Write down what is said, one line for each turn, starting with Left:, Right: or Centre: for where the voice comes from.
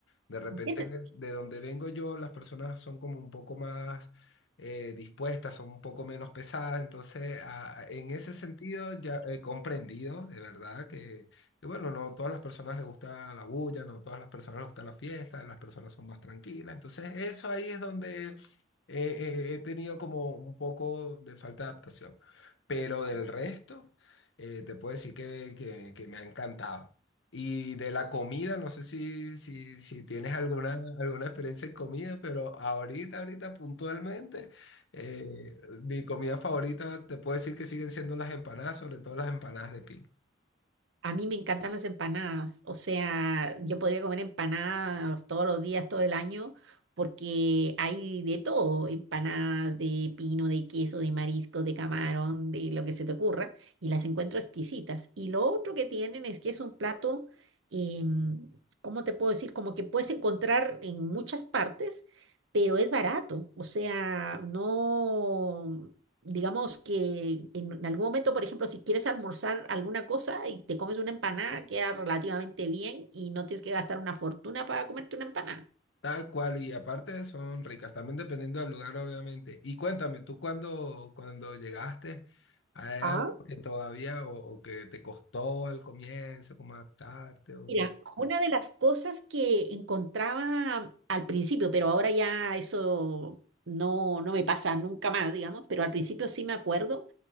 Left: De repente,
Right: ¿En qué se-
Left: de donde vengo yo, las personas son como un poco más eh, dispuestas, son un poco menos pesadas, entonces a- en ese sentido ya he comprendido de verdad que bueno, no todas las personas les gusta la bulla, no todas las personas les gusta la fiesta, las personas son más tranquilas. Entonces, eso ahí es donde eh, eh, he tenido como un poco de falta de adaptación. Pero del resto, eh, te puedo decir que, que- que me ha encantado. Y de la comida, no sé si, si, si tienes alguna, alguna experiencia en comida, pero ahorita, ahorita puntualmente, eh, mi comida favorita, te puedo decir que siguen siendo las empanadas, sobre todo las empanadas de piña.
Right: A mí me encantan las empanadas, o sea, yo podría comer empanadas todos los días, todo el año, porque hay de todo, empanadas de pino, de queso, de mariscos, de camarón, de lo que se te ocurra, y las encuentro exquisitas. Y lo otro que tienen es que es un plato, em, ¿cómo te puedo decir? Como que puedes encontrar en muchas partes, pero es barato, o sea, no digamos que en algún momento, por ejemplo, si quieres almorzar alguna cosa y te comes una empanada, queda relativamente bien y no tienes que gastar una fortuna para comerte una empanada.
Left: Tal cual, y aparte son ricas, también dependiendo del lugar, obviamente. Y cuéntame, tú cuando, cuando llegaste, ¿hay algo
Right: Ah,
Left: que todavía o, o que te costó al comienzo, como adaptarte? O...
Right: Mira, una de las cosas que encontraba al principio, pero ahora ya eso no, no me pasa nunca más, digamos, pero al principio sí me acuerdo,